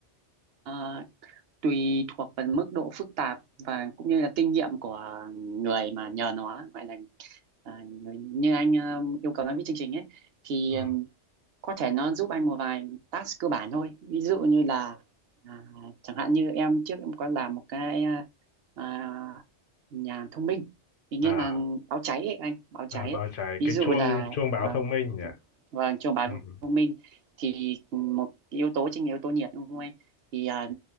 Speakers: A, on the right; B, on the left.
A: Ờ, tùy thuộc vào mức độ phức tạp và cũng như là kinh nghiệm của người mà nhờ nó gọi là à, người, như anh ờ, yêu cầu nó viết chương trình ấy thì
B: Ừ.
A: ờ, có thể nó giúp anh một vài task cơ bản thôi ví dụ như là à, chẳng hạn như em trước em có làm một cái à, à, nhà thông minh thì nghĩa
B: À,
A: là báo cháy ấy anh báo
B: ờ,
A: cháy
B: báo
A: ấy.
B: cháy
A: ví
B: cái
A: dụ
B: chuông
A: là
B: chuông báo
A: à,
B: thông minh nhỉ.
A: và trong báo
B: Ừ. ừ.
A: thông minh thì một yếu tố chính là yếu tố nhiệt đúng không anh thì à,